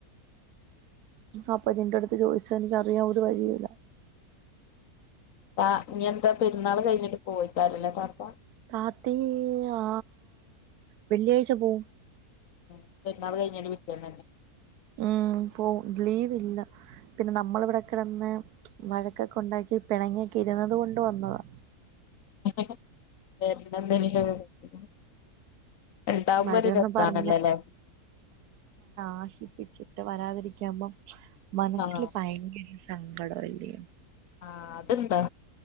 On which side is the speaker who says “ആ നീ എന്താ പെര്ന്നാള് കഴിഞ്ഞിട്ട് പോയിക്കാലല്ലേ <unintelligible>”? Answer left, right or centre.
Left